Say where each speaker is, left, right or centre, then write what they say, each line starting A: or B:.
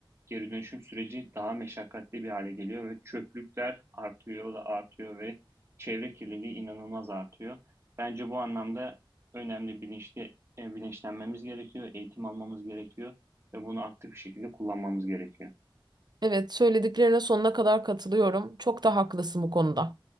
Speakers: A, on the right; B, on the right.
A: Geri dönüşüm süreci daha meşakkatli bir hale geliyor ve çöplükler artıyor da artıyor ve çevre kirliliği inanılmaz artıyor. Bence bu anlamda önemli bilinçli e, bilinçlenmemiz gerekiyor, eğitim almamız gerekiyor ve bunu aktif bir şekilde kullanmamız gerekiyor.
B: Evet, söylediklerine sonuna kadar katılıyorum. Çok da haklısın bu konuda.